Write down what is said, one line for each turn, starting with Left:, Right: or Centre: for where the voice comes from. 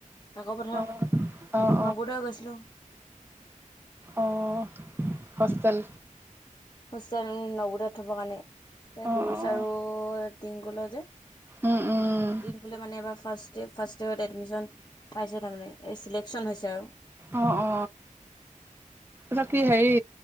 Left: আকৌ পথাৰ
Right: অঁ অঁ
Left: নবোদয় গৈছিলো।
Right: অ', হোষ্টেল।
Left: হোষ্টেল নগোদত থব কাৰণে এ সৰু
Right: অঁ অঁ
Left: চাৰ টিংগলৰ যে
Right: উম উম
Left: টিংফুলে মানে এবাৰ ফাৰ্ষ্ট ফাৰ্ষ্ট ইয়েৰত এডমিশচন পাইছে তাৰমানে এই চিলেকশচন হৈছে আৰু
Right: অ', অ, ত কি হেৰি